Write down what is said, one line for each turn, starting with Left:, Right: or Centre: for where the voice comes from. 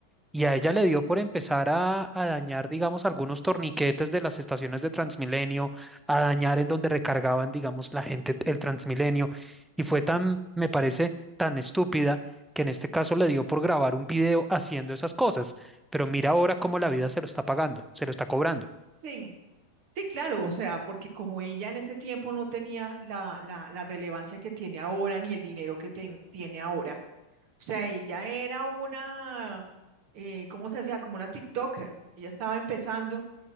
Centre: Y a ella le dio por empezar a, a dañar, digamos, algunos torniquetes de las estaciones de Transmilenio, a dañar en donde recargaban, digamos, la gente el Transmilenio. Y fue tan, me parece, tan estúpida que en este caso le dio por grabar un video haciendo esas cosas. Pero mira ahora cómo la vida
Right: Sí,
Centre: se
Right: claro.
Centre: lo está pagando, se lo está cobrando.
Right: Sí, sí, claro, o sea, porque como ella en este tiempo no tenía la, la, la relevancia que tiene ahora, ni el dinero que ten- tiene ahora, o sea, ella era una, eh, ¿cómo se decía? Como una TikToker, ella estaba empezando